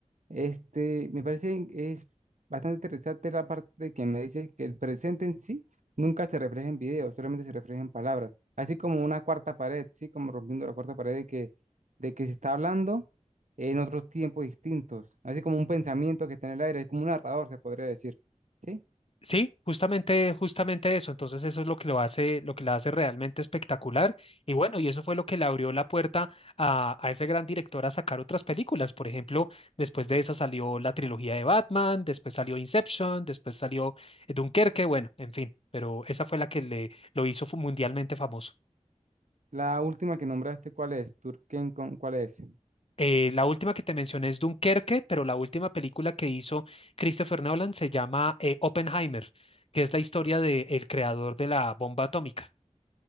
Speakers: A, on the right (about 70°); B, on the left (about 50°).
A: Este, me parece in- es bastante interesante la parte de que me dice que el presente en sí nunca se refleja en video, solamente se refleja en palabras. Así como una cuarta pared, sí, como rompiendo la cuarta pared de que, de que se está hablando en otros tiempos distintos. Así como un pensamiento que está en el aire, es como un narrador, se podría decir. ¿sí?
B: Sí, justamente, justamente eso. Entonces eso es lo que lo hace, lo que la hace realmente espectacular. Y bueno, y eso fue lo que le abrió la puerta a, a ese gran director a sacar otras películas. Por ejemplo, después de esa salió la trilogía de Batman, después salió Inception, después salió eh, Dunkerque, bueno, en fin. Pero esa fue la que le lo hizo fu- mundialmente famoso.
A: La última que nombraste, ¿cuál es? Turken, con- ¿cuál es?
B: Eh, la última que te mencioné es Dunkerque, pero la última película que hizo Christopher Nolan se llama eh, Oppenheimer, que es la historia del creador de la bomba atómica.